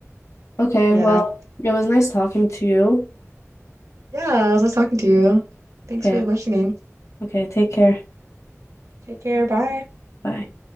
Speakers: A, on the left; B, on the right.
A: Okay,
B: Yeah.
A: well, it was nice talking to you.
B: Yeah. It was nice talking to you. Thanks
A: Okay,
B: for the question game.
A: okay, take care.
B: Take care. Bye.
A: Bye.